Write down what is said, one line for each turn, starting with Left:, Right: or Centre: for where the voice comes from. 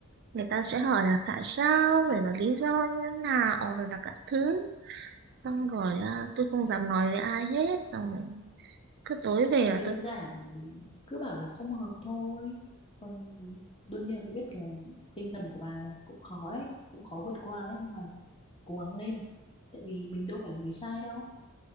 Right: người ta sẽ hỏi là tại sao rồi là lý do như thế nào rồi là các thứ xong rồi à, tôi không dám nói với ai hết xong rồi cứ tối về
Left: Thì
Right: là
Left: đơn
Right: tôi
Left: giản cứ bảo là không hợp thôi. Còn đương nhiên là tôi biết là tinh thần của bà là cũng khó đấy, cũng khó vượt qua đấy nhưng mà cố gắng lên. Tại vì mình đâu phải là người sai đâu.